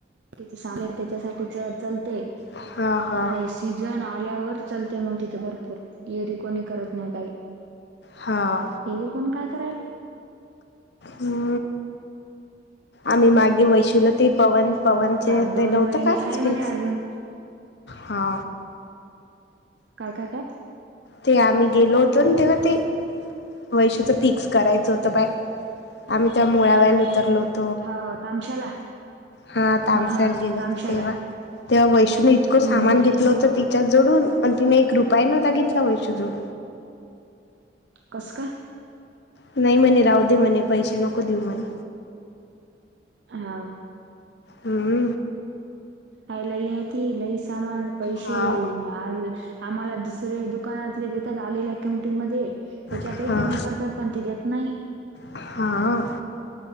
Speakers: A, on the right (about 80°); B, on the left (about 70°).
A: तिचं सालंय त्यांच्यासाठीच चलतंय
B: हां हां
A: आणि सीझन आल्यावर चालत मंग तिथे भरपूर येरी कोणी करत नाय काई
B: हां
A: एरवी कोण काय करायला
B: हं आम्ही मागे वैशुला ते पवन पवनचे
A: हा दोन
B: ते नव्हतं
A: महिने
B: का
A: आहे
B: स्पीच
A: म्हणे अजून
B: हा
A: काय काय काय
B: ते आम्ही गेलो होतो ना तवा ते वैशुचं फिक्स करायचं होतं पाय आम्ही त्या मुळ्यालाल उतरलो होतो.
A: हो तामशाला
B: हा तामसार
A: हा
B: गेल होत
A: तामशाला
B: तेव्हा तेव्हा वैष्णूने इतकं
A: हम्म
B: सामान
A: हम्म
B: घेतलं होत. तिच्यात जोडून आणि तिने एक रुपय नव्हता घेतला वैश जोडून
A: कसं का?
B: नाही म्हणे राहू दे म्हणे पैसे नको देऊ म्हणे.
A: हा.
B: हम्.
A: आय लय त लय सामान पैसे
B: हा
A: आ आम्हाला दुसरे दुकानातले देतात आलेल्या किमट मध्ये त्याच्या
B: हा
A: आतही कमी करतात पण ते देत नाही.
B: हा.